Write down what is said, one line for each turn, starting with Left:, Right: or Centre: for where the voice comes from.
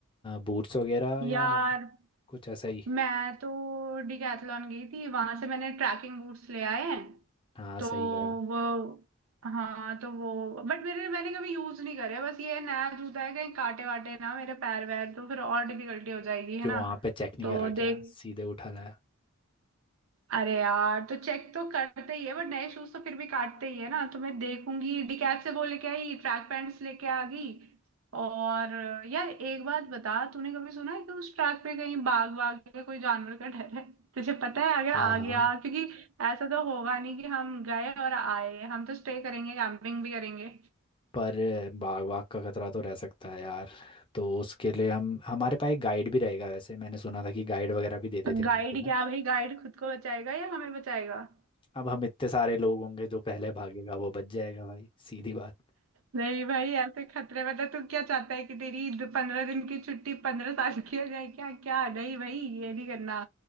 Left: बूट्स वगैरह या
Right: यार
Left: कुछ ऐसा ही
Right: मैं तो डिकैथलॉन गई थी वहां से मैंने ट्रैकिंग बूट्स ले आए हैं
Left: हाँ
Right: तो
Left: सही करा
Right: वो हाँ तो वो बट मेरे मैंने कभी यूज नहीं करे बस ये नया जूता है कहीं काटे वाटे ना मेरे पैर वैर तो फिर और डिफिकल्टी हो जाएगी है
Left: क्यों
Right: ना
Left: वहाँ पे चेक नहीं
Right: तो
Left: करा
Right: देख
Left: क्या सीधे उठा लाया
Right: अरे यार तो चेक तो करते ही है बट नए शूज तो फिर भी काटते ही है ना तो मैं देखूंगी डिकैप से वो लेके आई ट्रैक पैंट्स लेके आ गई और यार एक बात बता तूने कभी सुना है कि उस ट्रैक पे कहीं बाघ वाघ या कोई जानवर का डर है तुझे पता है अगर
Left: हाँ
Right: आ
Left: हाँ
Right: गया क्योंकि ऐसा तो होगा नहीं कि हम गए और आए हम तो स्टे करेंगे कैंपिंग भी करेंगे
Left: पर बाग वाग का खतरा तो रह सकता है यार तो उसके लिए हम हमारे पास एक गाइड भी रहेगा वैसे मैंने सुना था कि गाइड वगैरह भी दे देते हैं
Right: गाइड
Left: नीचे ना
Right: क्या भाई गाइड खुद को बचाएगा या हमें बचाएगा
Left: अब हम इतने सारे लोग होंगे जो पहले भागेगा वो बच जाएगा भाई सीधी बात
Right: नहीं भाई ऐसे खतरे में तो तू क्या चाहता है कि तेरी द- पंद्रह दिन की छुट्टी पंद्रह साल की हो जाए क्या क्या नहीं भाई ये नहीं करना